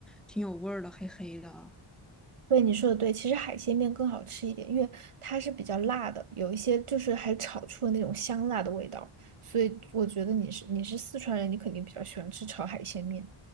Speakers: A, in the centre; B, on the right.
A: 挺有味儿的，黑黑的。
B: 对，你说的对，其实海鲜面更好吃一点，因为它是比较辣的，有一些就是还炒出了那种香辣的味道，所以我觉得你是你是四川人，你肯定比较喜欢吃炒海鲜面。